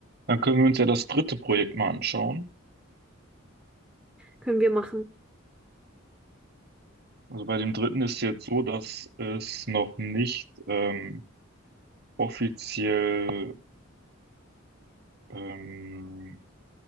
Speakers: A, on the right; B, in the centre.
A: Dann können wir uns ja das dritte Projekt mal anschauen.
B: Können wir machen.
A: Also bei dem dritten ist jetzt so, dass es noch nicht ähm, offiziell, ähm,